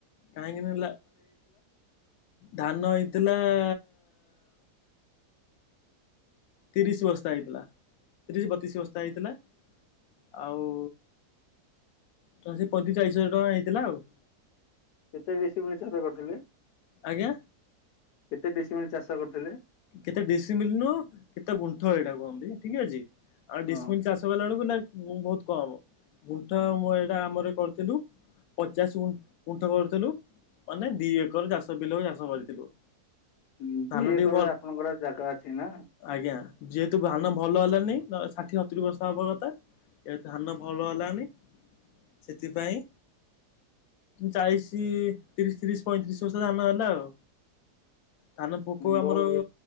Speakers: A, on the left; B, on the left.
A: କାହିଁକି ନା ହେଲା ଧାନ ହେଇଥିଲା - ତିରିଶ ବସ୍ତା ହେଇଥିଲା ତିରିଶ ବତିଶ ବସ୍ତା ହେଇଥିଲା। ଆଉ ତ ସେ ପଇଁତିରିଶ ଚାଳିଶ ହଜାର ଟଙ୍କା ହେଇଥିଲା ଆଉ।
B: କେତେ ଡିସିିମିଲି ଚାଷ କରିଥିଲେ?
A: ଆଜ୍ଞା
B: କେତେ ଡିସିମିଲି ଚାଷ କରିଥିଲେ?
A: କେତେ ଡିସିିମିଲି ନୁଅ କେତେ ଗୁଣ୍ଠ ଏଇଟା କୁହନ୍ତି? ଠିକ୍ ଅଛି। ଆଉ
B: ହଁ
A: ଡିସମିଲ୍ ଚାଷ କଲା ବେଳକୁ ନା ବହୁତ କମ୍। ଗୁଣ୍ଠ ମୁଁ ଏଇଟା ଆମର କରିଥିଲୁ। ପଚାଶ ଗୁ ଗୁଣ୍ଠ କରିଥିଲୁ। ମାନେ ଦି ଏକର ଚାଷ ବିଲକୁ ଚାଷ କରିଥିଲୁ।
B: ହଁ
A: ଧାନ
B: ଦି ଏକର
A: ଟିକେ ଭଲ
B: ଆପଣଙ୍କର ଜାଗା ଅଛି ନା।
A: ଆଜ୍ଞା ଯେହେତୁ ଧାନ ଭଲ ହେଲାନି ଷାଠିଏ ସତୁରି ବସ୍ତା ହବା କଥା। ଏବେ ଧାନ ଭଲ ହେଲାନି ସେଥିପାଇଁ। ଚାଳିଶ ତିରିଶ ତିରିଶ ପଇଁତିରିଶ ବସ୍ତା ଧାନ ହେଲା ଆଉ। ଧାନ ପୋକ ଆମର
B: ବହୁ